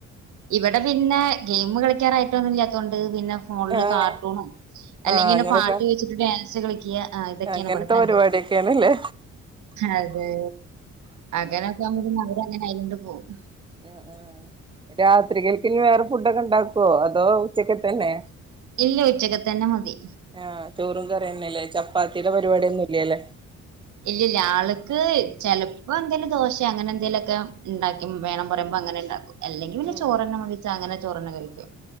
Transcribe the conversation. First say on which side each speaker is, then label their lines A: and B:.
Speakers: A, on the right; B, on the right.
A: ഇവിടെ പിന്നെ ഗെയിം കളിക്കാറായിട്ടൊന്നുല്ലാത്തോണ്ട് പിന്നെ ഫോണിൽ
B: ആഹ്
A: കാർട്ടൂണോ അല്ലെങ്കിൽ
B: ആഹ്
A: പിന്നെ
B: അങ്ങനൊക്കെ
A: പാട്ട് വെച്ചിട്ട് ഡാൻസ് കളി ക്ക്യ ആ ഇതൊക്കെണ്
B: അങ്ങനത്തെ
A: ഇവിടത്തെ അംഗം
B: പരിപാടിയൊക്കെയാണല്ലേ
A: അതെെ അങ്ങനൊക്കെ ആുമ്പോ അടെ അങ്ങനെ ആയതോണ്ട് പോകും
B: ഉ ഉ രാത്രികൾക്ക് ഇനി വേറെ ഫുഡൊക്കെ ഇണ്ടാക്കുവോ അതോ ഉച്ചക്ക തന്നെ
A: ഇല്ല ഉച്ചക്ക തന്നെ മതി
B: ആഹ് ചോറും കറയുന്നല്ലേ ചപ്പാത്തിയുടെ പരിപാടിൊന്നും ഇല്ല അല്ലേ
A: ഇല്ലല്ല ആള്ക്ക് ചെിലപ്പോ എന്തെങ്കിലും ദോശ അങ്ങനെ എന്തേലുംൊക്കെ ഉണ്ടാക്കി വേണം പറയുമ്പോ അങ്ങെ ഉണ്ടും അല്ലെങ്ക വല
B: ഉം
A: ചോെണ്ണെ വിച്ച അങ്ങെ ചോെണ്ണ കഴിക്കും